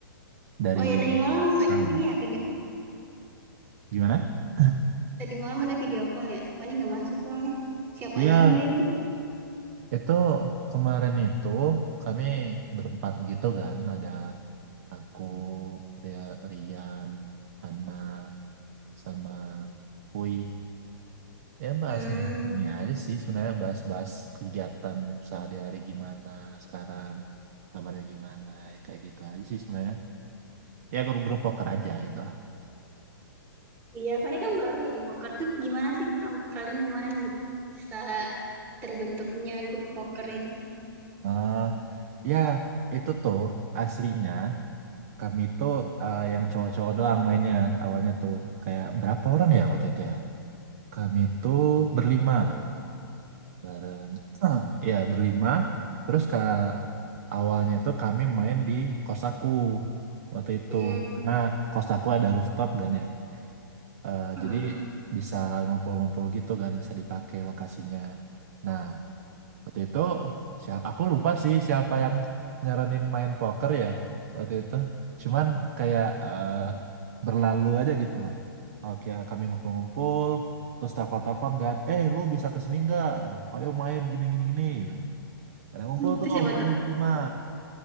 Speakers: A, on the right; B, on the right.
A: dari
B: Oh ya tadi malam
A: tahun.
B: ini ya video.
A: Gimana? <clears throat>
B: Tadi malam ada video call ya. Fani nggak masuk soalnya. Siapa
A: Iya,
B: aja yang join tuh?
A: itu kemarin itu kami berempat gitu kan, ada aku, Ria- Rian, Hana, sama Hui. Ya bahas
B: Hmm,
A: ini aja sih sebenarnya bahas-bahas kegiatan sehari-hari gimana sekarang kabarnya gimana ya kayak gitu aja sih sebenarnya ya grup-grup poker aja gitu lah
B: iya Fani kan baru ya di poker tuh. Gimana sih kamu, kalian kemarin bisa terbentuknya grup poker itu?
A: Eh, ya itu tuh aslinya kami tuh eh, yang cowok-cowok doang mainnya awalnya tuh kayak berapa orang ya waktu itu ya kami tuh berlima bareng <clears throat> ya berlima terus ke awalnya itu kami main di kos aku waktu itu
B: Hmm,
A: karena kos aku ada rooftop kan ya Eh,
B: hmm.
A: jadi bisa ngumpul-ngumpul gitu kan bisa dipakai lokasinya nah waktu itu siapa aku lupa sih siapa yang nyaranin main poker ya waktu itu cuman kayak eh, berlalu aja gitu loh oke kami ngumpul-ngumpul terus telepon-telepon kan eh lu bisa kesini nggak ayo main gini gini gini gitu. pada
B: <laughs>
A: ngumpul
B: Itu
A: tuh
B: siapa
A: kami
B: tuh?
A: berlima